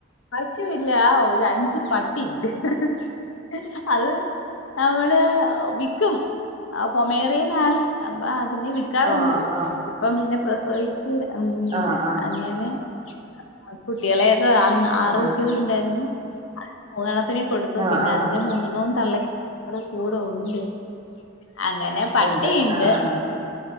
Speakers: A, on the left; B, on the right.
A: പശുയില്ല ഒരു അഞ്ച് പട്ടി ഹ് ഹ് അത് നമ്മള് വിൽക്കും അ കൊമേറിയൻ ആണ് അത് പിന്നെ വിക്കാറുണ്ട്
B: ആഹ് ആഹ്
A: ഇപ്പം പിന്നെ പ്രസോവിച്ച്- ഉം
B: ആഹ് ആഹ് ആഹ്
A: അനിയന്- <unintelligible> കുട്ടികളെ ഇപ്പൊ അന്ന് ആറ്
B: ആഹ്
A: കുട്ട്യാള് ഉണ്ടായിരുന്നു <unintelligible> കുട്ടിനേം കൊടുത്തു
B: ആഹ്
A: പിന്നെ
B: ആഹ്
A: അതിന്റെ മൂന്നണ്ണോം തള്ള അവിടെ കൂടെ ഉണ്ട് അങ്ങനെ പട്ടിഇണ്ട്
B: ഉണ്ട് ആഹ് ആഹ്